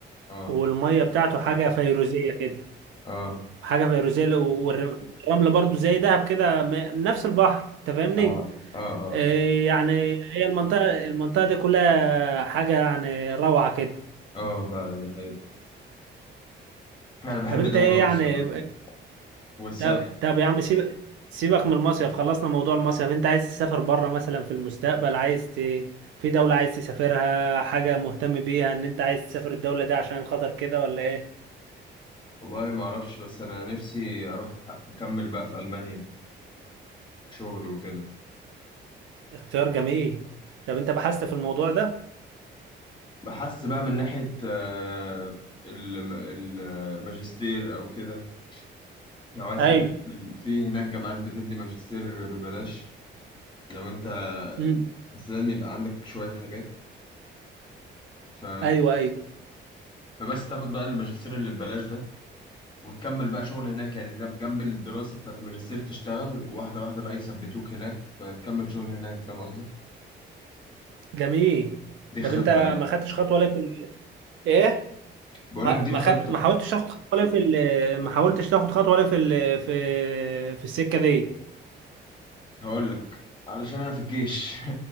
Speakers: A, on the left; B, on the right.
A: اه
B: والميه بتاعته حاجه فيروزيه كده
A: اه
B: حاجه فيروزيه والرمل برضو زي دهب كده م- نفس البحر انت فاهمني
A: اه اه اه
B: آه، يعني هي المنطقه المنطقه دي كلها حاجه يعني روعه كده
A: اه فعلا ده حقيقي أنا بحب
B: طب انت
A: دهب
B: ايه
A: أوي
B: يعني
A: الصراحة والساحل
B: طب, طب يا عم سيب سيبك من المصيف خلصنا موضوع المصيف انت عايز تسافر بره مثلا في المستقبل عايز ت... في دولة عايز تسافرها حاجة مهتم بيها ان انت عايز تسافر الدولة دي عشان خاطر كده ولا ايه
A: والله ما أعرفش بس أنا نفسي أروح أكمل بقى في ألمانيا شغل وكده
B: اختيار جميل طب انت بحثت في الموضوع ده
A: بحس بقى من ناحية آه، الم- الماجستير أو كده لو عايز
B: ايوه
A: تكمل في هناك جامعات بتدي ماجستير ببلاش لو انت
B: امم
A: بس لازم يبقى عندك شوية حاجات ف...
B: ايوه ايوه
A: فبس تاخد بقى الماجستير اللي ببلاش ده وتكمل بقى شغل هناك يعني ده جنب الدراسة بتاعت الماجستير تشتغل واحدة واحدة بقى يثبتوك هناك فتكمل شغل هناك فاهم قصدي؟
B: جميل
A: دي
B: طب
A: خطة
B: انت
A: يعني
B: ما خدتش خطوه ولا في ال... ايه
A: بقول
B: ما
A: لك دي
B: ما
A: الخطة
B: خدت ما حاولتش تاخد خطوه ولا في ال... ما حاولتش تاخد خطوه ولا في ال... في في السكه دي
A: هقول لك علشان أنا في الجيش <laughs>